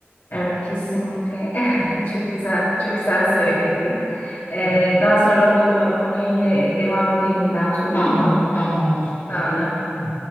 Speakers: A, on the left; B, on the left.
A: Evet kesinlikle <laughs> çok güzel çok güzel söyledin. Ee,
B: Peki.
A: daha sonra bu e, konuya yine devam edelim bence olur
B: Tamam.
A: mu?
B: Tamam olur.
A: Ben
B: Olur. Hı hı.